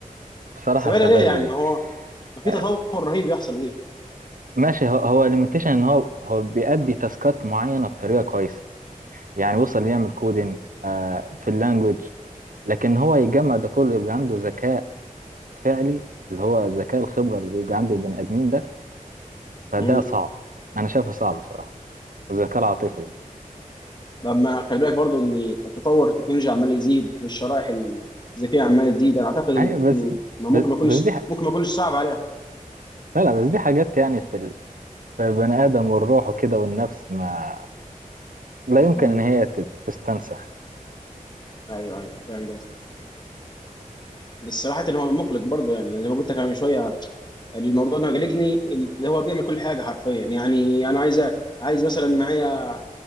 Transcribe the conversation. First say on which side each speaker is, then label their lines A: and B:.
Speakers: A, on the right; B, on the left.
A: بصراحة
B: سبب
A: هستبعدها
B: ليه يعني
A: دي
B: هو ما في
A: آه،
B: تطور رهيب يحصل ليه
A: ماشي هو هو ليميتيشن ان هو هو بيأدي تاسكات معينه بطريقه كويسه يعني وصل يعمل كودينج آه في اللانجوج لكن هو يجمع ده كله يبقى عنده ذكاء فعلي اللي هو ذكاء الخبره اللي بيبقى عند البني ادمين ده فده
B: مم.
A: صعب انا شايفه صعب بصراحه والذكاء العاطفي ده
B: لما خلي بالك برضو ان التطور التكنولوجي عمال يزيد والشرائح الذكيه عماله تزيد انا اعتقد
A: ايوه بس
B: ان ما
A: بس
B: ممكن ما يكونش
A: بس دي ح...
B: ممكن ما يكونش صعب عليها
A: لا لا بس دي حاجات يعني في ال... في البني ادم والروح وكده والنفس ما لا يمكن
B: مم.
A: ان هي تت- تستنسخ
B: ايوه ايوه فاهم قصدك. بس صراحة هو مقلق برضه يعني زي ما قلت لك أنا من شوية الموضوع ده مقلقني اللي هو بيعمل كل حاجة حرفيا يعني أنا عايز عايز مثلا معايا